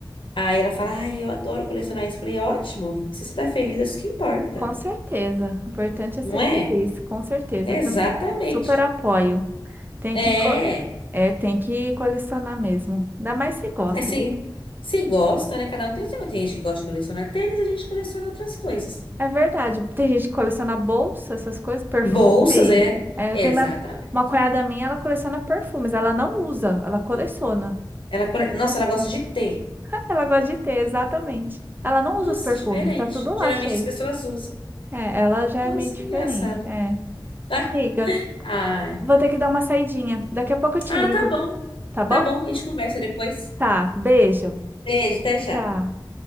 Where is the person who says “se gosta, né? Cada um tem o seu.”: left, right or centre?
Left